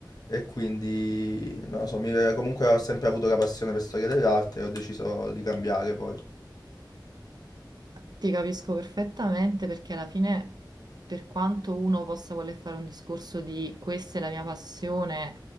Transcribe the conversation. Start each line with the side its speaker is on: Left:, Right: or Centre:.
Left: E quindi, non lo so, mi- comunque ho sempre avuto la passione per storia dell'arte e ho deciso di cambiare poi.
Right: ti capisco perfettamente perché alla fine, per quanto uno possa voler fare un discorso di questa è la mia passione,